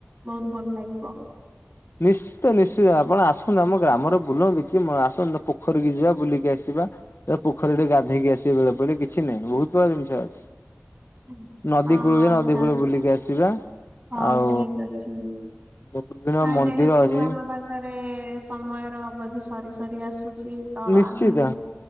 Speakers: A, on the right; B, on the left.
A: ବହୁତୁ ଭଲ ଲାଗିବ।
B: ନିସ୍ ତ ନିଶ୍ଚିତ ଆପଣ ଆସନ୍ତୁ ଆମ ଗ୍ରାମରେ ବୁଲନ୍ତୁ କି ଆସନ୍ତୁ ପୋଖରୀକୁ ଯିବା ବୁଲିକି ଆସିବା। ଏ ପୋଖରୀ ଗାଧୋଇକି ଆସିବ ବେଳେ ପଳେ କିଛି ନାହିଁ ବହୁତ ପ୍ରକାର ଜିନିଷ ଅଛି।
A: ଅ
B: ନଦୀ
A: ଆଚ୍ଛା
B: କୂଳ କୁ ଯିଆ ନଦୀ କୂଳ ବୁଲିକି ଆସିବା।
A: ହଉ
B: ଆଉ
A: ଠିକ ଅଛି
B: ବିଭିନ୍ନ
A: ହଁ
B: ମନ୍ଦିର
A: ଯେହେତୁ
B: ଅଛି
A: ଆମ ପାଖରେ ସମୟର ଅବଧି ସରି ସରି ଆସୁଛି ତ
B: ନିଶ୍ଚିତ
A: ଆମେ